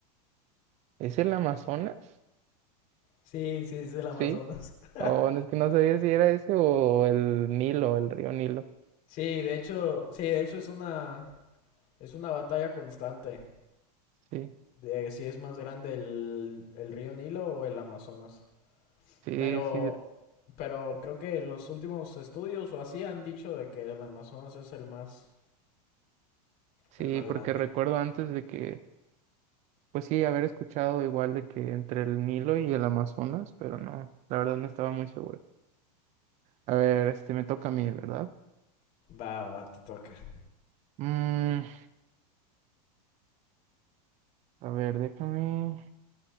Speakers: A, on the right (about 35°); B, on the left (about 45°).
A: es el Amazonas.
B: Sí, sí, es el Amazonas.
A: Sí,
B: <laughs>
A: o no es que no sabía si era ese o el Nilo, el río Nilo.
B: Sí, de hecho, sí, de hecho es una, es una batalla constante.
A: Sí,
B: de si es más grande el, el río Nilo o el Amazonas.
A: sí,
B: Pero,
A: sí,
B: pero creo que los últimos estudios o así han dicho de que el Amazonas es el más,
A: sí,
B: el más grande.
A: porque recuerdo antes de que, pues sí, haber escuchado igual de que entre el Nilo y el Amazonas, pero no, la verdad no estaba muy seguro. A ver, este me toca a mí, ¿verdad?
B: Va, va, te toca.
A: Mm, a ver, déjame